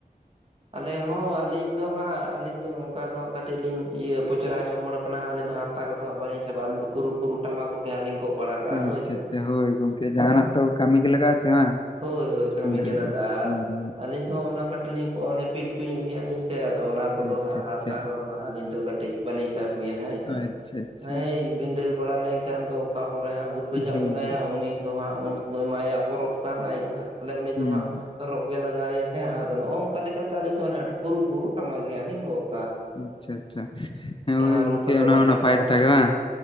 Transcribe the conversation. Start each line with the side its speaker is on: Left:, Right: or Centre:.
Right: ᱟᱞᱮ ᱦᱚᱸ ᱟᱹᱞᱤᱧ ᱫᱚ ᱦᱟᱸᱜ ᱟᱹᱞᱤᱧ ᱫᱚ ᱚᱱᱠᱟ ᱫᱚ ᱦᱟᱸᱜ ᱠᱟᱹᱴᱤᱡ ᱞᱤᱧ ᱤᱭᱟᱹ ᱯᱚᱪᱚᱨᱟ ᱧᱚᱜ ᱦᱚᱲ ᱠᱟᱱᱟ ᱞᱤᱧ ᱫᱚ ᱦᱟᱸᱜ ᱛᱟ ᱠᱚ ᱫᱚ ᱵᱟᱞᱤᱧ ᱥᱟᱵᱟ ᱠᱩᱨᱩ ᱠᱩᱨᱩ ᱴᱟᱢᱟᱠ ᱠᱚᱜᱮ ᱦᱟᱸᱜ ᱞᱤᱧ ᱜᱚᱜ ᱵᱟᱲᱟᱣᱠᱟᱜ-ᱟ
Left: ᱟᱪᱪᱷᱟ
Right: ᱦᱳᱭ ᱥᱮ
Left: ᱟᱪᱪᱷᱟ ᱦᱳᱭ ᱜᱚᱝᱠᱮ ᱥᱮ ᱡᱟᱦᱟᱱᱟᱜ ᱛᱚ ᱠᱟᱹᱢᱤ ᱜᱮ ᱞᱟᱜᱟᱜᱼᱟ ᱥᱮ ᱵᱟᱝ
Right: ᱦᱳᱭ ᱦᱳᱭ ᱠᱟᱹᱢᱤ
Left: ᱦᱮᱸ
Right: ᱜᱮ ᱞᱟᱜᱟᱜᱼᱟ
Left: ᱦᱮᱸ
Right: ᱟᱨ ᱟᱹᱞᱤᱧ ᱫᱚ ᱚᱱᱟ ᱠᱟᱹᱴᱤᱡ ᱞᱤᱧ ᱚᱱᱮ ᱯᱤᱞᱪᱩ ᱧᱚᱜ ᱜᱮᱭᱟᱞᱤᱧ ᱥᱮ ᱟᱫᱚ ᱚᱱᱟ ᱠᱚᱫᱚ
Left: ᱟᱪᱪᱷᱟ
Right: ᱦᱟᱸᱜ
Left: ᱟᱪᱪᱷᱟ
Right: ᱦᱟᱨᱛᱟ ᱠᱚᱫᱚ ᱦᱟᱸᱜ ᱟᱹᱞᱤᱧ ᱫᱚ ᱠᱟᱹᱴᱤᱡ ᱵᱟᱹᱞᱤᱧ ᱥᱟᱵᱽ ᱜᱮᱭᱟ ᱦᱳᱭ ᱥᱮ
Left: ᱟᱪᱪᱷᱟ ᱟᱪᱪᱷᱟ
Right: ᱨᱤᱱ ᱵᱷᱤᱱᱫᱟᱹᱲ ᱵᱟᱲᱟ ᱞᱮᱱᱠᱷᱟᱱ ᱫᱚ ᱚᱠᱟ ᱠᱚᱨᱮ ᱦᱟᱸᱜ ᱜᱩ ᱜᱩᱛᱩ ᱡᱷᱟᱜ
Left: ᱦᱳᱭ
Right: ᱵᱮᱱᱟᱭᱟ ᱦᱟᱸᱜ ᱩᱱᱤ ᱫᱚ ᱦᱟᱸᱜ ᱩᱱ ᱥᱚᱢᱚᱭ ᱢᱟ ᱟᱭᱟᱜ ᱯᱚᱨᱚᱵᱽ ᱠᱟᱱ ᱟᱡ ᱩᱱᱤ
Left: ᱦᱩᱸ
Right: ᱫᱚ ᱦᱟᱸᱜ ᱨᱚᱜ ᱜᱮ ᱞᱟᱜᱟᱣ ᱮᱭᱟ ᱦᱮᱸ ᱟᱫᱚ ᱱᱚᱜᱼᱚ ᱱᱚᱝᱠᱟ ᱞᱮᱠᱟᱛᱮ ᱟᱹᱞᱤᱧ ᱫᱚ ᱠᱩᱨᱩ ᱠᱩᱨᱩ ᱴᱟᱢᱟᱠ ᱜᱮ ᱦᱟᱸᱜ ᱞᱤᱧ ᱜᱚᱜᱽ
Left: ᱟᱪᱪᱷᱟ ᱟᱪᱪᱷᱟ
Right: ᱡᱟᱦᱟᱸ
Left: ᱦᱳᱭ ᱜᱚᱝᱠᱮ
Right: ᱨᱩ ᱠᱟᱛᱮ
Left: ᱚᱱᱟ
Right: ᱵᱚᱱ
Left: ᱦᱚᱸ ᱱᱟᱯᱟᱭ
Right: ᱪᱟᱨᱦᱟᱣ
Left: ᱠᱟᱛᱷᱟ
Right: ᱠᱚᱣᱟ
Left: ᱜᱮ ᱵᱟᱝ